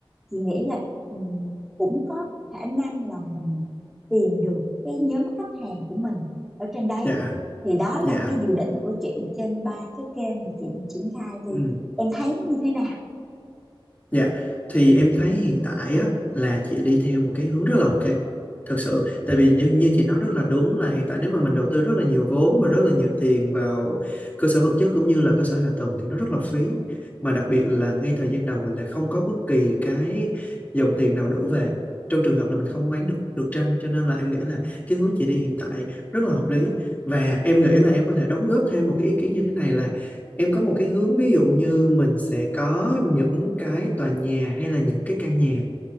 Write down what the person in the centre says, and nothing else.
chị nghĩ là ừm, cũng có khả năng là mình tìm được cái nhóm khách hàng của mình ở trên đấy
thì đó là
cái dự định của chị trên ba cái kênh mà chị định triển khai thì
em thấy nó như thế nào